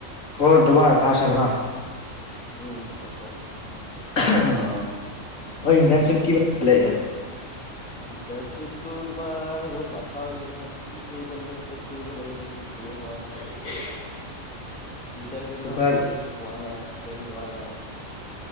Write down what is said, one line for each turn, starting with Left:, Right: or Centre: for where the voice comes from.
Left: ঘৰ‌ দুৱাৰ <unintelligible>
Centre: উম পাছত
Left: অ',
Centre: তাৰ
Left: ইণ্টাৰ্শ্বিপ কি <unintelligible> এয়া
Centre: ইণ্টাৰ্ণশ্বিপতটো তোমাৰ বহুত লাফ্ৰা হৈ গ'ল নহয় কি কৰিব লাগিব ক'ত কৰিব লাগিব ক'ত ধৰিবই পৰা নাই।
Left: <unintelligible>
Centre: টিচাৰ কেইজক
Left: তোমালোকৰ
Centre: ভালকে একো কোৱা নাই এক্সপ্লেইন কৰা নাই আমাক।